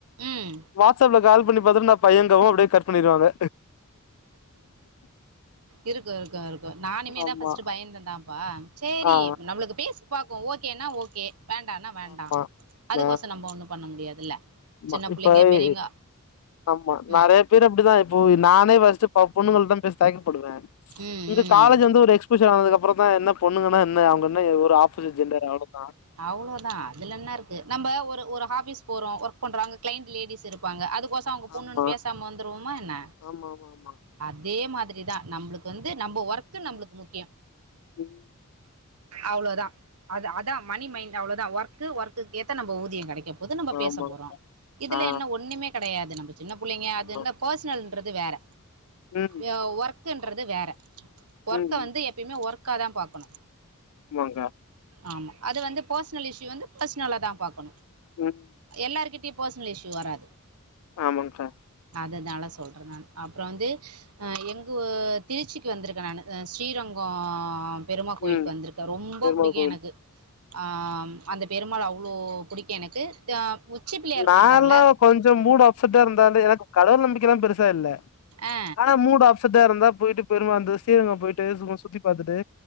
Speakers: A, on the right; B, on the left.
A: ம்
B: வாட்ஸ்அப்ல கால் பண்ணி பாத்துட் நா தயங்கவு அப்டியே கட் பண்ணிருவாங்க
A: இருக்கு இருக்கு இருக்கு நானுமே
B: ஆமா
A: தா ஃபஸ்ட்டு பயந்தெந்தாப்பா சேரி
B: ஆ
A: நம்ளுக்கு பேசி பாக்கோ ஓ கேனா ஓகே வேண்டான்னா வேண்டாம்
B: ஆமா
A: அதுக்கோசம்
B: ஆ
A: நம்ம ஒன்றும் பண்ண முடியாதுல்ல
B: மா
A: சின்ன
B: இப்பய்
A: பிள்ளைங்க பெரியவங்க
B: ஆமா
A: ம்
B: நெறைய பேர் அப்டிதா இப்பொ நானே வா ஸப்பா பொண்ணுங்கள்தா பேச தயக்க படுவே
A: ம்
B: இங்க
A: ம்
B: காலேஜ் வந்து ஒரு எக்ஸ்ப்ர ஷே ஆனதுக்கப்புறந்தா என்ன பொண்ணுங்கனா என்ன அவுங்க என்ன ஒரு ஆ ப்போசிட் ஜென்டர் அவ்ளொதா
A: அவ்ளோதா இதுலென்ன இருக்கு நம்ப ஒரு ஒரு ஆஃபிஸ் போறோ ஒர்க் பண்றோ அங்க கிளைண்ட் லேடிஸ் இருப்பாங்க அது க்கோசொ அவுங்க பொண்ணுன்னு
B: ஆமா
A: பேசாம வந்துருவோமா என்ன
B: ஆமா ஆமா ஆமா
A: அதே மாதிரி தா நம்ளுக் வந்து நம்ப ஒர்க்கு நம்ளுக்கு முக்கியொ
B: ம்
A: அவ்ளோதா அது அதா மணி மைண்ட் அவ்ளதா ஒர்க்கு ஒர்க்குக் ஏத்த நம்ப ஊதிய கெடைக்கப் போது நம்ப
B: ஆமா
A: பேச போறோ இதுல
B: ஆ
A: என்ன ஒன்னுமே கெடையாது நம்ப சின்ன புள்ளைங்க
B: ஆமா
A: அது இந்த பர்ஸ்னல் ன்றது வேற
B: ம்
A: எ ஒர் க்குன்றது வேற ஒர்க்க
B: ம்
A: வந்து எப்பியுமே ஒர் க்காதா பாக்கனு
B: ஆமாங்க்கா
A: ஆமா அது வந்து பர்ஸ்னல் இஷ்யூ வந்து பர்ஸ்னலா தா பாக்கனு
B: ம்
A: எல்லாருகிட் ட பர்ஸ்னல் இஷ்யூ வராது
B: ஆமாங்க்கா
A: அதுனால சொல்றே நானு அப்ற வந்து அ எங்கு திருச்சிக்கு வந்திருக்கே நானு ஸ்ரீரங்கோ பெருமா கோயிலுக்
B: ம்
A: வந்திருக்க ரொம்ப
B: பெருமாள்
A: புடி க்கு
B: கோவில்
A: எனக்கு ஆ ம் அந்த பெருமாள் அவ்ளோ புடிக்கு எனக்கு த உச்சி பிள்ளையார்
B: நாந்தா
A: கோயில் வரல
B: கொஞ்ச மூடு அப்சட்டா இருந்தாலு எனக்கு கடவுள் நம்பி க்கலா பெரு சா இல்ல
A: ஆ
B: ஆனா மூடு அப்சட்டா இருந்தா போயிட்டு பெருமாந்த சீரங்க போயிட் டு சும்மா சுத்தி பாத்துட்டு